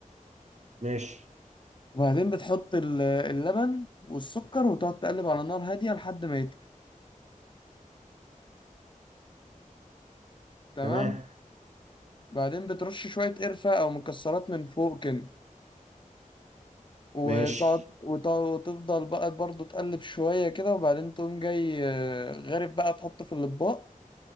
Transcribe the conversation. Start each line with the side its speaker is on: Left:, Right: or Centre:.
Right: ماشي
Left: وبعدين بتحط ال- اللبن والسكر وتقعد تقلب على نار هادية لحد ما يتقل تمام
Right: تمام
Left: بعدين بترش شوية قرفة أو مكسرات من فوق كده وتقعد
Right: ماشي
Left: وت- وتفضل بقى برضه تقلب شوية كده وبعدين تقوم جاي آه، غارب بقى تحطه في الأطباق